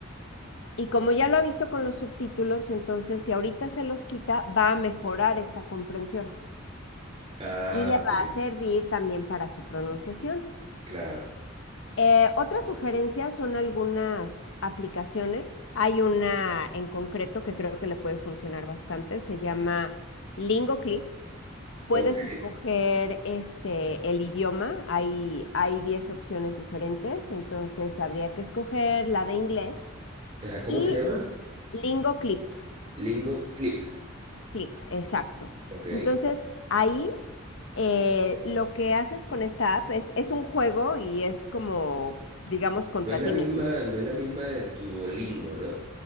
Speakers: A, on the left; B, on the right.
A: y como ya lo ha visto con los subtítulos, entonces si ahorita se los quita, va a mejorar esta comprensión
B: Ah,
A: y le va
B: ok,
A: a servir también para su pronunciación.
B: claro.
A: Eh, otras sugerencias son algunas aplicaciones. Hay una en concreto que creo que le puede funcionar bastante, se llama LingoClip. Puedes
B: Ok.
A: escoger este, el idioma, hay, hay 10 opciones diferentes, entonces habría que escoger la de inglés
B: Ajá, ¿Cómo
A: Y
B: se llama?
A: Lingo Clip,
B: Lingo Clip,
A: Clip, exacto.
B: ok.
A: Entonces, ahí eh, lo que haces con esta app es, es un juego y es como, digamos, contra
B: No es la
A: ti
B: misma,
A: mismo.
B: no es la misma de Duolingo, ¿no?